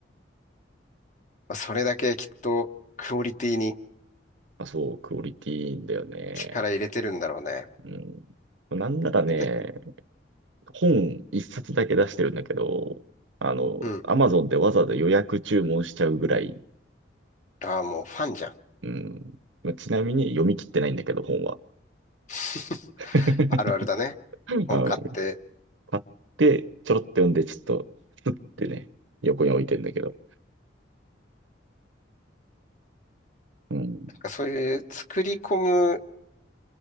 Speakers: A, on the left; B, on the right.
A: まあ、それだけきっとクオリティに
B: あ、そう、クオリティいいんだよね。
A: 力入れてるんだろうね。
B: うん。なんならね、
A: ペペ
B: 本一冊だけ出してるんだけど、あの、
A: うん。
B: アマゾンでわざわざ予約注文しちゃうぐらい、
A: ああ、もうファンじゃん。
B: うん。まあちなみに読み切ってないんだけど、本は。
A: <laughs>
B: <laughs>
A: あるあるだね。本買って。
B: はい。買って、ちょろっと読んで、ちょっと、スってね、横に置いてんだけど。うん。
A: なんかそういう作り込む